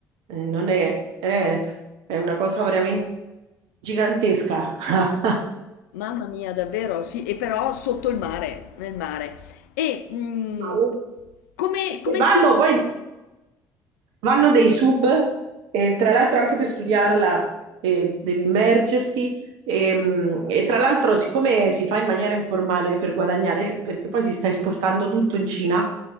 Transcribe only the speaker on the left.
Mamma mia, davvero, sì, e però sotto il mare, nel mare. E mh,
come, come
si?